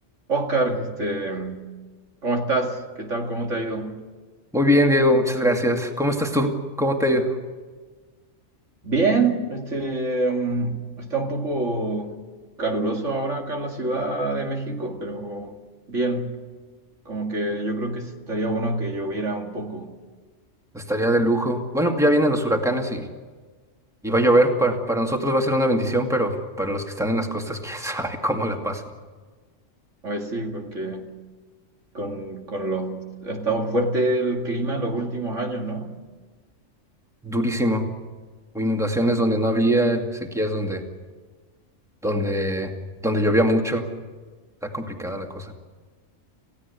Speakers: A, on the right (about 65°); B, in the centre.
A: Oscar, este, ¿cómo estás? ¿Qué tal? ¿Cómo te ha ido?
B: Muy bien, Diego, muchas gracias. ¿Cómo estás tú? ¿Cómo te ha ido?
A: Bien, este, mm, está un poco caluroso ahora acá en la Ciudad de México, pero bien, como que yo creo que estaría bueno que lloviera un poco.
B: Estaría de lujo. Bueno, ya vienen los huracanes y, y va a llover. Para, para nosotros va a ser una bendición, pero para los que están en las costas, <laughs> quién sabe cómo la pasan.
A: A ver si porque con, con los, ha estado fuerte el clima en los últimos años, ¿no?
B: Durísimo. Inundaciones donde no había, sequías donde, donde, donde llovía mucho. Está complicada la cosa.